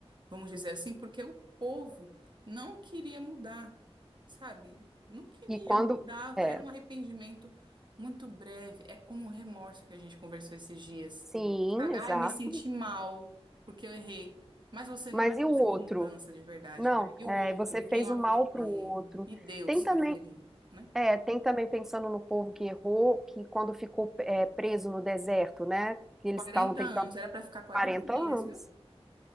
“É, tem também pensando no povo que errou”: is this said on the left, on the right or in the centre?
Centre